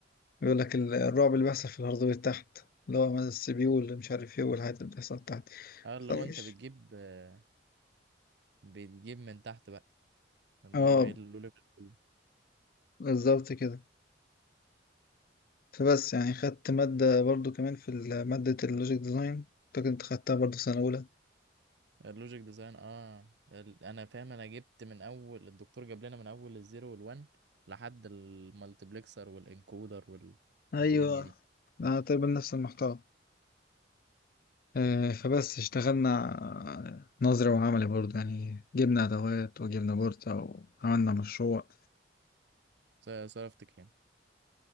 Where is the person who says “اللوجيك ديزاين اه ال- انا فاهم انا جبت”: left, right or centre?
Right